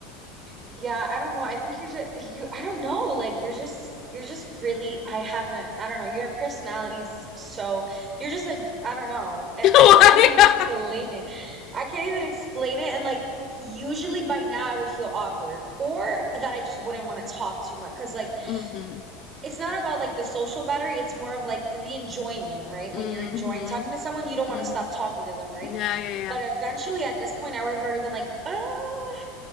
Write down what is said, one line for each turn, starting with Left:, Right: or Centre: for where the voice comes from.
Right: Yeah, I don't know. I think you're just you. I don't know. Like you're just you're just really. I haven't. I don't know. Your personality's so. You're just a. I don't know. I,
Left: <laughs> Why?
Right: I can't even explain it. I can't even explain it. And like usually by now I would feel awkward or that I just wouldn't want to talk too much because like
Left: <laughs> mhm.
Right: it's not about like the social battery it's more of like the enjoyment right
Left: Mhm.
Right: when you're enjoying talking to someone you don't want
Left: Mhm.
Right: to stop talking to them right
Left: Yeah, yeah, yeah.
Right: but eventually at this point i would have already been like "Oh,